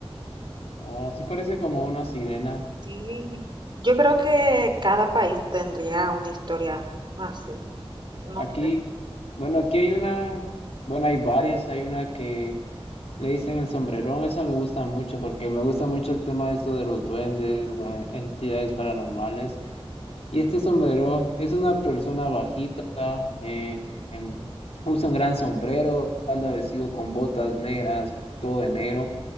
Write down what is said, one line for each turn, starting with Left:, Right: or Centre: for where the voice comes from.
Left: Oh, sí parece como una sirena.
Right: Sí, yo creo que cada país tendría una historia así, no
Left: Aquí,
Right: sé.
Left: bueno, aquí hay una, bueno, hay varias. Hay una que le dicen el sombrerón. Esa me gusta mucho porque me gusta mucho el tema de eso de los duendes, las entidades paranormales. Y este sombrerón es una persona bajita, eh, em, usa un gran sombrero, anda vestido con botas negras, todo de negro.